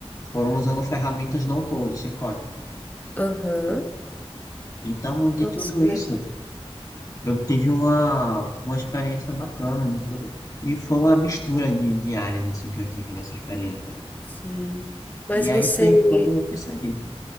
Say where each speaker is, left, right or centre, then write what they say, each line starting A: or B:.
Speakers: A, on the left; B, on the left.
A: foram usando ferramentas no code, sem código.
B: Aham.
A: Então, de
B: Nossa,
A: tudo
B: que
A: isso,
B: legal.
A: eu tive uma, uma experiência bacana de tudo. E foi uma mistura de, de áreas assim, que eu tive nessa experiência.
B: Sim. Mas
A: E aí
B: você.
A: foi quando eu percebi.